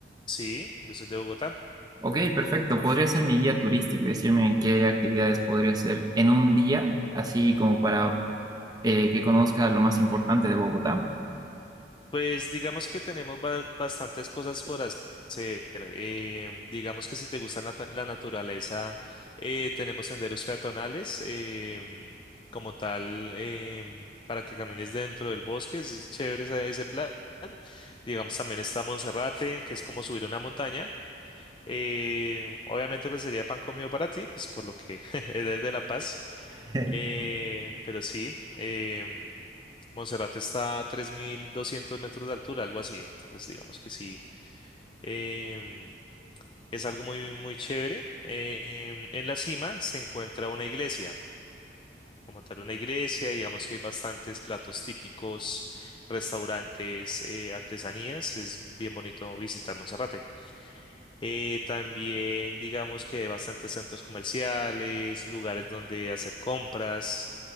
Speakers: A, on the left (about 30°); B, on the right (about 20°).
A: Sí, yo soy de Bogotá.
B: Ok, perfecto. ¿Podría ser mi guía turístico y decirme qué actividades podría hacer en un día, así como para eh, que conozca lo más importante de Bogotá?
A: Pues digamos que tenemos ba- bastantes cosas por hacer. Eh, digamos que si te gusta la, ta- la naturaleza, eh, tenemos senderos peatonales em, como tal em, para que camines dentro del bosque. Es chévere ese ese plan. Digamos, también está Monserrate, que es como subir una montaña. Eh, obviamente, pues sería pan comido para ti, pues por lo que <laughs> eres de La Paz.
B: <laughs>
A: Eh, pero sí, em, Monserrate está a 3.200 metros de altura, algo así. Entonces, digamos que sí, em, es algo muy, muy chévere. Em, en la cima se encuentra una iglesia, como tal, una iglesia. Digamos que hay bastantes platos típicos, restaurantes, eh, artesanías. Es bien bonito visitar Monserrate. Eh, también digamos que hay bastantes centros comerciales, lugares donde hacer compras.